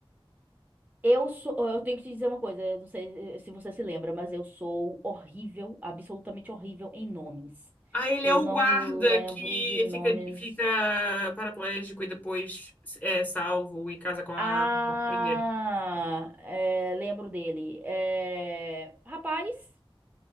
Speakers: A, on the right; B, on the left.
A: Eu sou. Eu tenho que te dizer uma coisa, eu não sei eh, se você se lembra, mas eu sou horrível, absolutamente horrível em nomes.
B: Ah, ele
A: Eu
B: é o
A: não
B: guarda
A: lembro
B: que
A: de nomes.
B: fica, fica paraplégico e depois é salvo e casa com a
A: Ah,
B: primeira.
A: é, lembro dele. É, rapaz.